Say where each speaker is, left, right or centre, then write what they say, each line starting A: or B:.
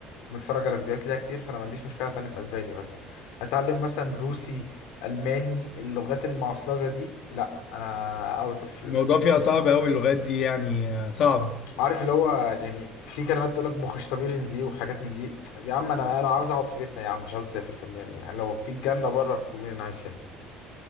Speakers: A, on the left; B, on the left.
A: متفرج على فيديوهات ليها كتير فانا ما عنديش مشكله اتعلم اسباني بس اتعلم مثلا روسي الماني اللغات المعصلجه دي لا انا اوت اوف
B: الموضوع فيها صعب قوي اللغات دي يعني آه، صعبه
A: عارف اللي هو يعني في كلمات تقول لك بوخشتبيرن زي وحاجات من دي يا عم انا انا عاوز اقعد في بيتنا يا عم مش عاوز اسافر في يعني لو في الجنه بره سيبوني انا عايش هنا